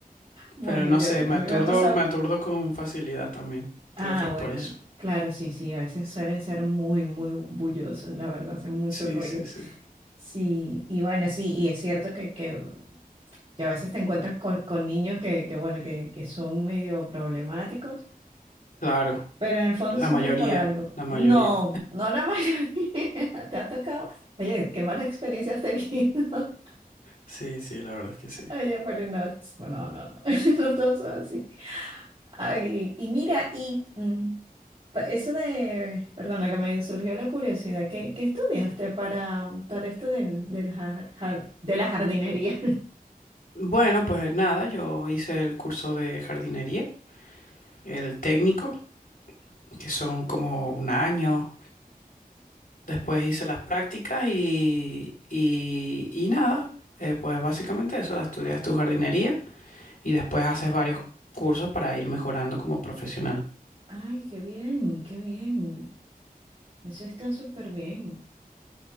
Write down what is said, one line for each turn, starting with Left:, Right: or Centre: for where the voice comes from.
Right: bueno,
Left: Pero no
Right: yo,
Left: sé,
Right: a
Left: me
Right: mí
Left: aturdo,
Right: me ha pasado
Left: me aturdo con facilidad también. Creo
Right: Ah,
Left: que es
Right: bueno,
Left: por eso.
Right: claro, sí, sí, a veces suelen ser muy, muy bullosos, la verdad, hacen mucho
Left: Sí,
Right: ruido.
Left: sí, sí.
Right: Sí, y bueno, sí, y es cierto que, que, que a veces te encuentras con, con niños que, que, bueno, que, que son medio problemáticos,
Left: Claro,
Right: pero en el fondo
Left: la
Right: siempre
Left: mayoría,
Right: es por algo.
Left: la
Right: No,
Left: mayoría.
Right: no la mayoría, <laughs> te ha tocado. Oye, qué mala experiencia has tenido. <laughs>
Left: Sí, sí, la verdad es que sí.
Right: Oye, pero no, ch- no, no, no, <laughs> no todos son así. Ay, y mira, y mm, pa- eso de, perdona que me surgió la curiosidad, ¿qué, qué estudiaste para, para esto del, del jar- jar- de la jardinería?
Left: Bueno, pues nada, yo hice el curso de jardinería, el técnico, que son como un año. Después hice las prácticas y, y, y nada, eh, pues básicamente eso, estudias tu jardinería y después haces varios cursos para ir mejorando como profesional.
Right: <laughs> Ay, qué bien, qué bien. Eso está súper bien.